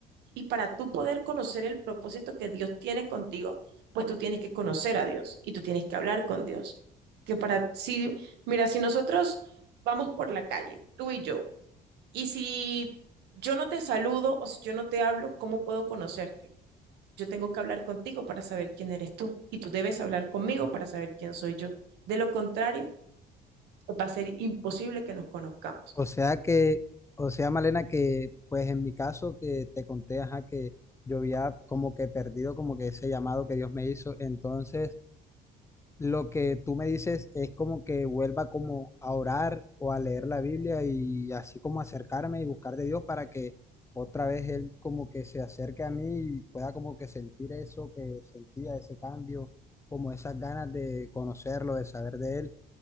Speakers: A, on the right; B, on the left.
A: Y para tú poder conocer el propósito que Dios tiene contigo, pues tú tienes que conocer a Dios y tú tienes que hablar con Dios. Que para si, mira, si nosotros vamos por la calle, tú y yo, y si yo no te saludo o si yo no te hablo, ¿cómo puedo conocerte? Yo tengo que hablar contigo para saber quién eres tú y tú debes hablar conmigo para saber quién soy yo. De lo contrario, va a ser imposible que nos conozcamos.
B: O sea que, o sea, Malena, que pues en mi caso que te conté, ajá, que yo había como que perdido como que ese llamado que Dios me hizo. Entonces, lo que tú me dices es como que vuelva como a orar o a leer la Biblia y así como acercarme y buscar de Dios para que otra vez Él como que se acerque a mí y pueda como que sentir eso que sentía, ese cambio, como esas ganas de conocerlo, de saber de Él